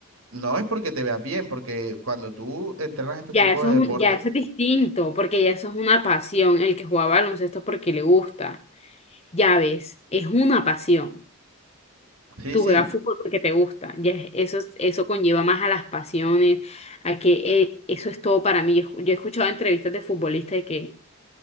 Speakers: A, on the right; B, on the left.
A: no es porque te veas bien, porque cuando tú entrenas estos
B: Ya
A: tipos
B: eso
A: de
B: es,
A: deportes,
B: un- ya eso es distinto, porque ya eso es una pasión. El que juega baloncesto es porque le gusta. Ya ves, es una pasión.
A: Sí,
B: Tú
A: sí,
B: juegas fútbol porque te gusta. Ya es- eso, es- eso conlleva más a las pasiones, a que eh, eso es todo para mí. Yo, he yo he escuchado entrevistas de futbolistas que